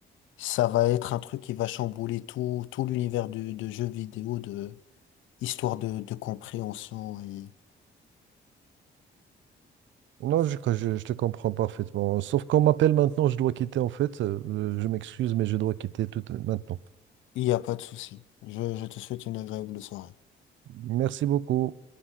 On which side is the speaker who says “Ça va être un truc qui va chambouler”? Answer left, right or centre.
Left